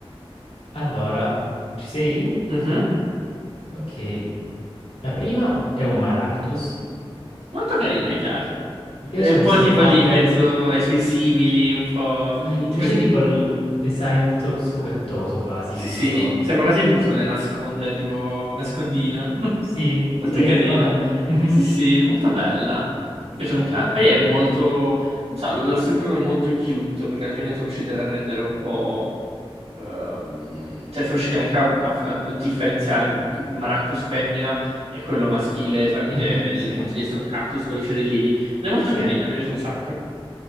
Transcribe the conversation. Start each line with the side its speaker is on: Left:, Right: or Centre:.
Left: Allora, ci sei?
Right: Mhm.
Left: Ok, la prima è un Maractus.
Right: Molto carina, mi piace.
Left: Mi piace
Right: È un
Left: questo
Right: po' tipo
Left: pattern.
Right: lì in mezzo ai suoi simili, un po'...
Left: Sì, invece
Right: Tipo...
Left: tipo il design tutto scubettoso quasi,
Right: Sì,
Left: non
Right: sì,
Left: lo so.
Right: sembra quasi tipo sulle nascondere, tipo nascondina. <laughs>
Left: Sì, tipo
Right: Molto
Left: ehi,
Right: carina.
Left: trovami. <laughs>
Right: Sì, sì, molto bella. Mi piace
Left: Carina.
Right: un- ah, poi è molto, non so, l'ho sempre trovato molto cute, perché alla fine sono riusciti a rendere un po'... ehm, cioè, sono riusciti anche a, a- a differenziare Maractus femmina e quello maschile tramite
Left: Mhm,
Right: il
Left: sì,
Right: fatto di essere un cactus con i fiorellini. Ed è molto
Left: sì.
Right: carina, mi piace un sacco.